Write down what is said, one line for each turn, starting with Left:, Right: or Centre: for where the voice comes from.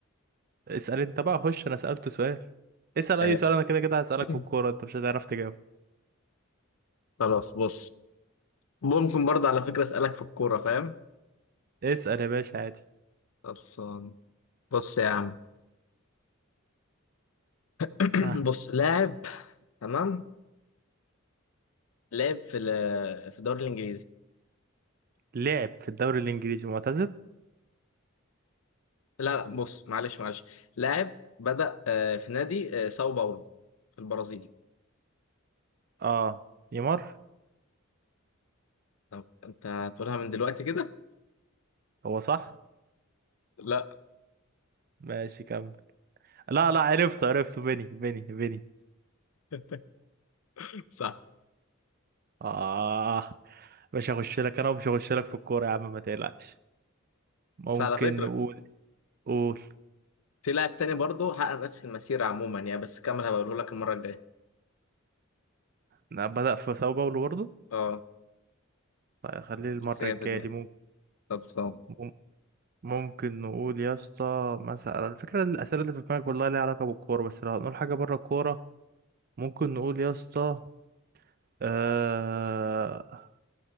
Right: اسأل انت بقى خش انا سألت سؤال اسأل اي
Left: آه...
Right: سؤال انا كده كده هسألك
Left: <clears throat>
Right: في الكورة انت مش هتعرف تجاوب
Left: خلاص بص ممكن برضه على فكرة اسألك في الكورة فاهم
Right: اسأل يا باشا عادي
Left: خلصان بص يا عم <clears throat>
Right: ها
Left: بص لاعب تمام لاعب في ال- في الدوري الانجليزي
Right: لعب في الدوري الانجليزي معتزل
Left: لا لا بص معلش معلش لاعب بدأ آه، في نادي آه، ساو باولو في البرازيل
Right: اه نيمار
Left: طب انت هتقولها من دلوقتي كده
Right: هو صح
Left: لا
Right: ماشي كمل لا لا عرفته عرفته فيني فيني فيني
Left: <laughs> صح
Right: اه مش هخش لك انا ومش هخش لك في الكورة يا عم ما تقلقش ممكن
Left: بس على فكرة
Right: نقول قول
Left: في لاعب تاني برضه حقق نفس المسيرة عموما يعني بس كمل هبقوله لك المرة الجاية
Right: لا بدأ في ساو باولو برضه
Left: اه
Right: طيب خليه المرة
Left: بس جاي
Right: الجاية
Left: في دماغي
Right: دي
Left: خلصان
Right: ممكن ممكن نقول يا اسطى مثلا الفكرة الأسئلة اللي في دماغك والله ليها علاقة بالكورة بس لو هنقول حاجة بره الكورة ممكن نقول يا اسطى آه...